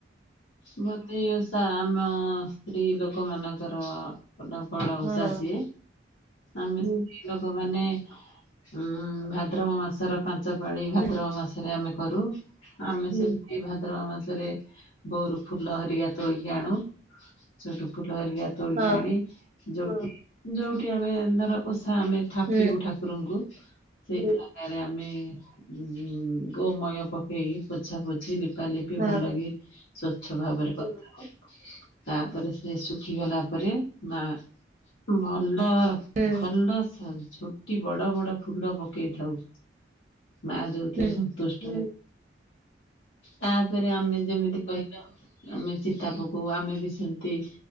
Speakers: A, on the left; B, on the right.
A: ଭୋଦେଇ ଓଷା ଆମ ସ୍ତ୍ରୀ ଲୋକ ମାନଙ୍କର ଗୋଟେ ବଡ
B: ହଁ
A: ଓଷା ସିଏ। ଆମେ ସବୁ ସ୍ତ୍ରୀ ଲୋକମାନେ ଉଁ, ଭାଦ୍ରବ ମାସର ପାଞ୍ଚ ପାାଳି ଭାଦ୍ରବ
B: ହୁଁ
A: ମାସରେ ଆମେ କରୁ। ଆମେ ସେମତି ଭାଦ୍ରବ ମାସରେ ବୋରୁ ଫୁଲ ହେରିକା ତୋଳିକି ଆଣୁ, ସେଇଠୁ ଫୁଲ ହେରିକା ତୋଳିକି
B: ହଁ
A: ଆଣି, ଯୋଉ ଯୋଉଟି ଆମେ ଧର ଓଷା ଆମେ ଥାପିବୁ
B: ହୁଁ
A: ଠା କୁରଙ୍କୁ ସେଇ <inaudible> ଟାରେ ଆମେ ଉଁ, ଗୋମୟ ପକେଇକି ପୋଛା ପୋଛି ଲି ପା ଲିପି
B: ହଁ
A: ଭଲକି ସ୍ଵଚ୍ଛ ଭାବରେ କରଥାଉ। ତାପରେ ସେ ଶୁଖି ଗଲା ପରେ। ମା ଭଲ
B: ହୁଁ
A: ଭଲ ସେ ଝୁଟି ବଡ ବଡ ଫୁଲ ପକେଇଥାଉ। ମା ଯୋଉଥିରେ
B: ହୁଁ
A: ସନ୍ତୁଷ୍ଟ। ତାପରେ ଆମେ ଯେମିତି କ ଆମେ ଚିତା ପକଉ ଆମେ ବି ସେମତି